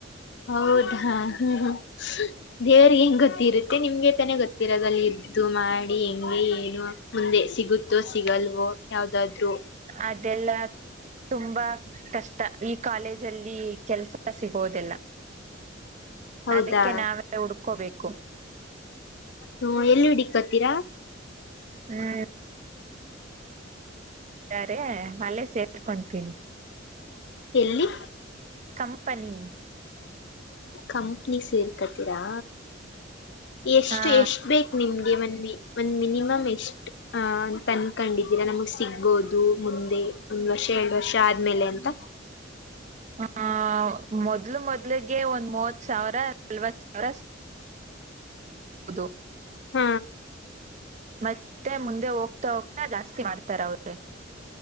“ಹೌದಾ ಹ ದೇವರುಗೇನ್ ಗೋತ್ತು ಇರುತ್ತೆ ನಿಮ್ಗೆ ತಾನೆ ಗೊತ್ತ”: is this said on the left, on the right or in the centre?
Left